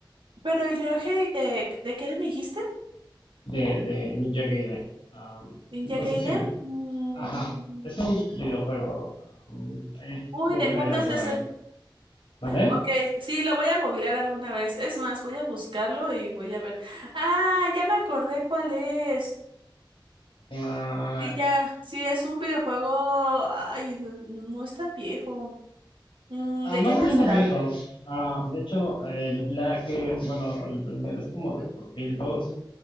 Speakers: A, on the right; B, on the left.
A: Pero el Ryohei de, ¿de qué me dijiste?
B: del de Ninja Gaiden. Am,
A: ¿Ninja
B: no
A: Gaiden?
B: sé si
A: Mm.
B: Ajá, es un videojuego. um, ahí
A: Uy,
B: googlearlo
A: ¿de cuándo
B: alguna
A: es ese?
B: vez, ¿vale?
A: Ok, sí, lo voy a googlear alguna vez. Es más, voy a buscarlo y voy a ver. Ah, ya me acordé cuál es.
B: Ah,
A: Sí, ya, sí, es un videojuego. Ay, no es tan viejo. Mm,
B: ah,
A: ¿de
B: más
A: qué año
B: o menos
A: será?
B: viejo. Ah, de hecho, el Black, eh, bueno, el primero es como del 2002.